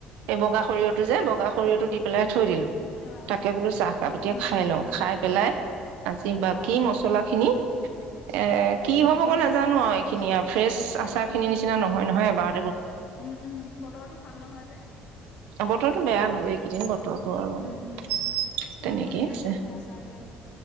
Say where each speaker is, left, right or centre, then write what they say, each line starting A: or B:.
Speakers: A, on the right; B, on the left.
A: এই বগা সৰিয়হটো যে বগা সৰিয়হটো দি পেলাই থৈ দিলো।
B: হয়
A: তাকে বোলো চাহকাপ এতিয়া
B: উম
A: খাই
B: উম
A: লওঁ খাই পেলাই। আজি বাকী
B: অ'
A: মচলা খিনি এ কি হব
B: উম
A: গৈ নাজানো আৰু? খিনি ফ্ৰেচ আচাৰ খিনি নিচিনা নহয় নহয় এবাৰ
B: উম উম বতৰটো ভাল নহয় যে।
A: অ বতৰো বেয়া নহয় এইকেইদিন বতৰ বতৰটো আৰু
B: উম
A: তেনেকেই
B: ৰ'দ হ'লেহে
A: আছে।
B: ভাল হয় আচাৰবিলাক